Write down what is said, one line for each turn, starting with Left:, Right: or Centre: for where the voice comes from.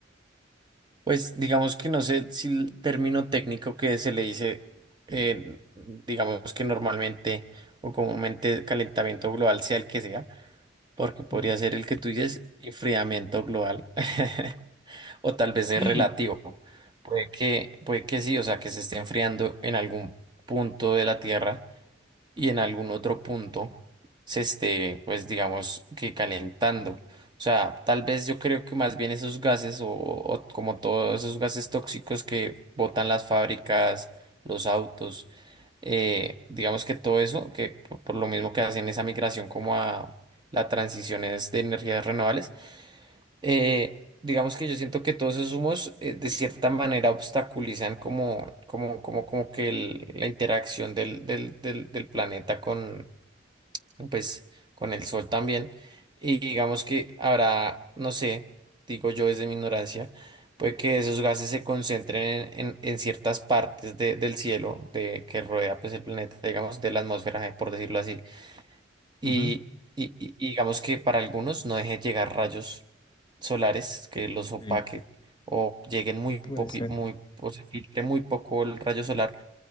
Right: pues digamos que no sé si el término técnico que se le dice, eh, digamos que normalmente o comúnmente calentamiento global sea el que sea, porque podría
Left: Ujú.
Right: ser el que tú dices enfriamiento global <laughs> o tal vez es
Left: Sí,
Right: relativo. Puede que, puede que sí, o sea, que se esté enfriando en algún punto de la Tierra y en algún otro punto se esté, pues digamos que calentando. O sea, tal vez yo creo que más bien esos gases o, o como todos esos gases tóxicos que botan las fábricas, los autos, eh, digamos que todo eso, que por por lo mismo que hacen esa migración como a la transición es de energías renovables, eh, digamos que yo siento que todos esos humos eh, de cierta manera obstaculizan como, como, como, como que el- la interacción del, del, del, del planeta con, pues, con el sol también. Y digamos que habrá, no sé, digo yo desde mi ignorancia, puede que esos gases se concentren en, en, en ciertas partes de- del cielo de, que rodea pues, el planeta, digamos, de la atmósfera, eh, por decirlo así. Y,
Left: ujú,
Right: y- y- y digamos que para algunos no deje llegar rayos solares que los
Left: sí,
Right: opaque o lleguen muy poco,
Left: puede ser.
Right: muy, o se filtre muy poco el rayo solar